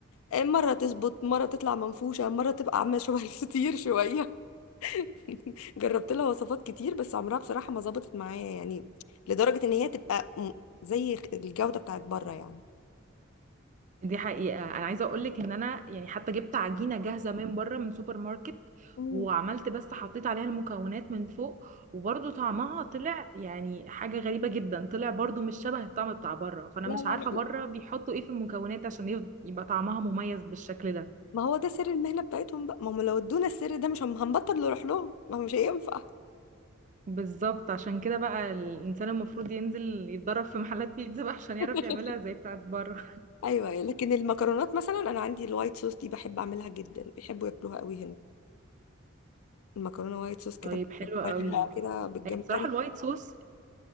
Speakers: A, on the left (about 80°); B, on the right (about 35°).
A: مره تظبط مره تطلع منفوشه مره تبقى عامله شبه الفطير شويه <laughs> جربت لها وصفات كتير بس عمرها بصراحه ما ظبطت معايا يعني لدرجه ان هي تبقى م- زي الجوده بتاعت بره يعني
B: دي حقيقة أنا عايزة أقولك إن أنا يعني حتى جبت عجينة جاهزة من بره من سوبر ماركت
A: مم.
B: وعملت بس حطيت عليها المكونات من فوق وبرضه طعمها طلع يعني حاجة غريبة جدا طلع برضه مش شبه الطعم بتاع بره فأنا
A: لا
B: مش عارفة
A: لا
B: بره
A: لا
B: بيحطوا إيه في المكونات عشان يف- يبقى طعمها مميز بالشكل ده
A: ما هو ده سر المهنة بتاعتهم بقى ما هم لو ادونا السر ده مش هم- هنبطل نروح لهم ما هو مش هينفع
B: بالظبط عشان كده بقى الإنسان المفروض ينزل يتدرب في محلات بيتزا بقى عشان يعرف
A: <laughs>
B: يعملها زي بتاعت بره
A: ايوه لكن المكرونات مثلا انا عندي الوايت صوص دي بحب اعملها جدا بيحبوا ياكلوها قوي هنا المكرونه وايت
B: <laughs>
A: صوص كده
B: طيب حلو
A: بالجمبري
B: قوي
A: بقى كده بالجمبري
B: هي بصراحة الوايت صوص